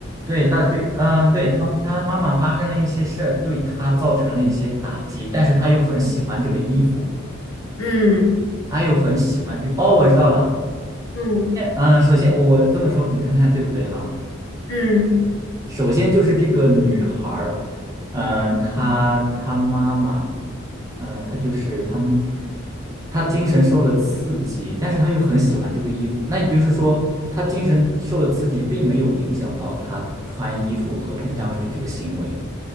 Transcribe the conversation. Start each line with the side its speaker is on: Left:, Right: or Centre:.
Right: 对，大对，嗯，对，他他妈妈发生了一些事儿，对他造成了一些打击，但是他又很喜欢这个衣服，
Left: 嗯
Right: 他又很喜欢这个。哦，我知道了，
Left: 嗯
Right: 嗯，首先我我这么说，你看看对不对哈？
Left: 嗯，
Right: 首先就是这个女孩儿，嗯，她她妈妈，嗯，她就是她妈她精神受了刺激，但是她又很喜欢这个衣服，那也就是说，她精神受了刺激，并没有影响到她穿衣服和喷香水这个行为